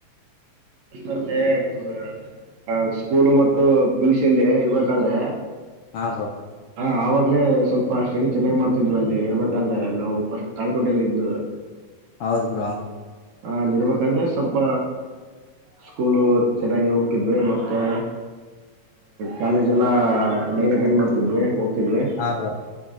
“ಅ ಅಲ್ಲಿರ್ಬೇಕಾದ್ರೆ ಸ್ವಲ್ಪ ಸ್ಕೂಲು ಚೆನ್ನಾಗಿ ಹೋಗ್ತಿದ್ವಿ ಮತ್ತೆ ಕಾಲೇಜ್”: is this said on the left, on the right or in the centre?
Right